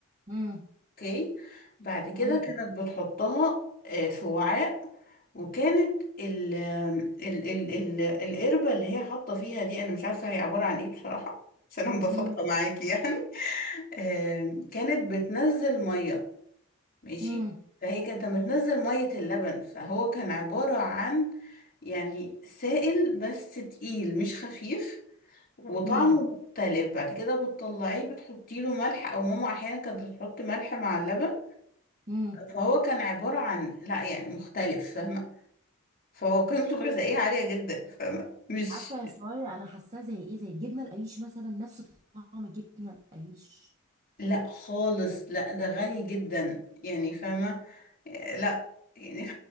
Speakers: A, on the right (about 30°); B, on the left (about 40°).
A: امم
B: اوكي بعد كده
A: تمام
B: كانت بتحطها آه، في وعاء وكانت ال ال ال ال القربة اللي هي حاطة فيها دي انا مش عارفة هي عبارة عن ايه بصراحة عشان انا مبسطة
A: امم
B: معاكي يعني <laughs> آم، كانت بتنزل مية ماشي
A: امم
B: فهي كانت بتنزل مية اللبن فهو كان عبارة عن يعني سائل بس تقيل مش خفيف وطعمه
A: امم
B: مختلف بعد كده بتطلعيه بتحطي له ملح او ماما احيانا كانت بتحط ملح مع اللبن
A: امم
B: فهو كان عبارة عن لا يعني مختلف فاهمة فهو قيمته الغذائية عالية جدا فاهمة مش
A: عارفه يا شويه انا حاساه زي ايه زي الجبنه القريش مثلا نفس طعم الجبنه القريش
B: لا خالص لا ده غني جدا يعني فاهمة آه، لا يعني